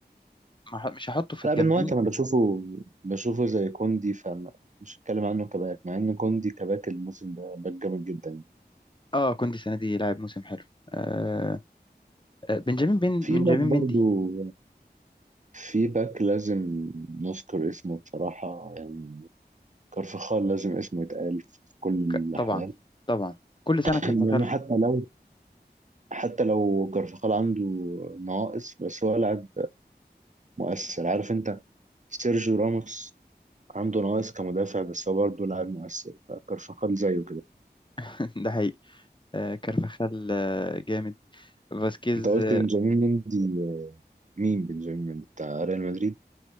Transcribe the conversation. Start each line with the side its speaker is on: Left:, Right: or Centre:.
Left: ما ح- مش هحطه في الجامدين
Right: لا بن وايت انا بشوفه بشوفه زي كوندي فمش هتكلم عنه كباك مع ان كوندي كباك الموسم ده باك جامد جدا
Left: اه كوندي السنة دي لعب موسم حلو آه آه، بنجامين بن
Right: في
Left: بنجامين
Right: باك برضو
Left: مندي
Right: في باك لازم نذكر اسمه بصراحة يعني كارفخال لازم اسمه يتقال في كل الأحوال
Left: ك- طبعا طبعا كل سنة
Right: <clears throat>
Left: كارفاخال
Right: لأنه حتى لو حتى لو كارفخال عنده نواقص بس هو لاعب مؤثر عارف أنت سيرجيو راموس عنده نواقص كمدافع بس هو برضه لاعب مؤثر فكارفخال زيه كده
Left: <laughs> ده حقيقي آه كارفاخال آه جامد فاسكيز
Right: أنت قلت
Left: اه
Right: بنجامين مندي مين بنجامين مندي بتاع ريال مدريد